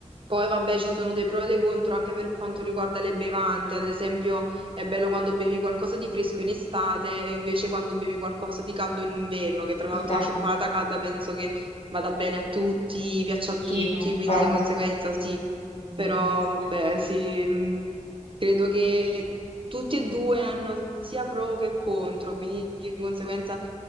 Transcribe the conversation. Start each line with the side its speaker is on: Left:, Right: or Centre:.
Right: Poi vabbè, ci sono dei pro e dei contro anche per quanto riguarda le bevande, ad esempio è bello quando bevi qualcosa di fresco in estate e invece quando bevi qualcosa di caldo in inverno, che tra l'altro
Left: Esatto,
Right: la cioccolata calda penso che vada bene a tutti, piaccia
Left: sì,
Right: a tutti,
Left: no,
Right: quindi
Left: infatti,
Right: di conseguenza sì, però vabbè,
Left: esatto,
Right: sì, mh, credo che tutti e due hanno sia pro che contro, quindi di conseguenza